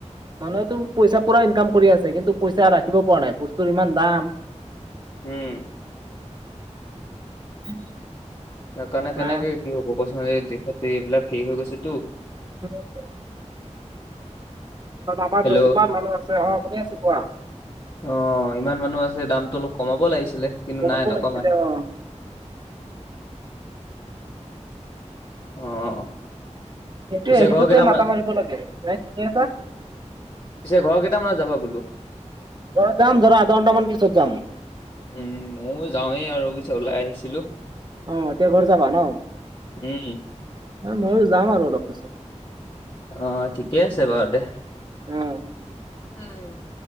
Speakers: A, on the right; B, on the left.
A: মানুহেতো পইচা পুৰা ইনকাম কৰি আছে, কিন্তু পইচা ৰাখিব পৰা নাই বস্তুৰ ইমান দাম।
B: উম।
A: <unintelligible>
B: তাৰ কাৰণে
A: হা
B: কেনেকে কি হ'ব ক'চোন? দেশত এইবিলাক হেৰি হৈ গৈছেতো।
A: <unintelligible> আমাৰ
B: হেল্ল'
A: <unintelligible> কিমান মানুহ আছে অ' শুনি আছো কোৱা।
B: অ ইমান মানুহ আছে দামটো অলপ কমাব লাগিছিলে। কিন্তু
A: কমাব
B: নাই নকমাই।
A: লাগিছিলে অ।
B: অ।
A: সেইটোৱে
B: পিছে
A: সেইটোতে
B: ঘৰ কেইটামান
A: মাতা মাৰিব লাগে, এনাই ঠিকে আছা?
B: পিছে ঘৰ কেইটামানত যাব বুলু?
A: ঘৰত যাম ধৰা আধা ঘণ্টামান পিছত যাম।
B: উম ময়োও যাওঁৱেই আৰু পিছে ওলাই আহিছিলো।
A: অ এতিয়া ঘৰত যাবা ন,
B: উম,
A: ময়ো যাম আৰু অলপ পিছত।
B: অ ঠিকে আছে বাৰু দে।
A: অ
B: উম।